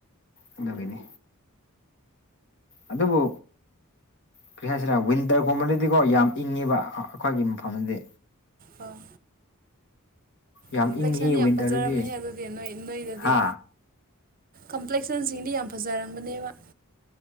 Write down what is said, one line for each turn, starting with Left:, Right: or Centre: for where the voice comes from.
Left: ꯑꯗꯨꯒꯤꯅꯤ ꯑꯗꯨꯕꯨ ꯀꯔꯤ ꯍꯥꯏꯁꯤꯔꯥ ꯋꯤꯟꯇꯔ ꯀꯨꯝꯕꯗꯗꯤꯀꯣ ꯌꯥꯝ ꯏꯪꯉꯤꯕ ꯑꯩꯈꯣꯏꯒꯤ ꯃꯐꯝꯗꯗꯤ
Right: ꯑꯣ
Left: ꯌꯥꯝ
Right: ꯀꯝꯄ꯭ꯂꯦꯛꯁꯟꯗꯤ
Left: ꯏꯪꯉꯤ
Right: ꯌꯥꯝ
Left: ꯋꯤꯟꯇꯔꯗꯗꯤ
Right: ꯐꯖꯔꯝꯅꯤ ꯑꯗꯨꯗꯤ ꯅꯣꯏ ꯅꯣꯏꯗꯗꯤ
Left: ꯍꯥ
Right: ꯀꯝꯄ꯭ꯂꯦꯛꯁꯟꯁꯤꯡꯗꯤ ꯌꯥꯝ ꯐꯖꯔꯝꯒꯅꯦꯕ